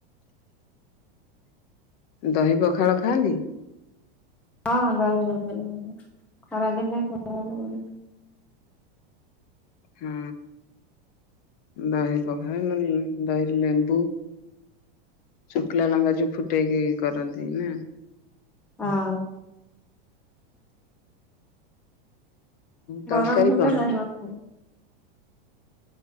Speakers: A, on the left; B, in the centre.
A: ଦହି ପଖାଳ ଖାଆନ୍ତି?
B: <unintelligible>
A: ହଁ ଦହି ପଖାଳ ନହେଲେ ଦହିରେ ଲେମ୍ଵୁ। ଶୁଖିଲା ଲଙ୍କା ଯୋଉ ଫୁଟେଇକି କରନ୍ତି ନା।
B: ହଁ।
A: ତରକାରୀ
B: ଗରମ
A: କଣ?
B: ହେଲା। <unintelligible>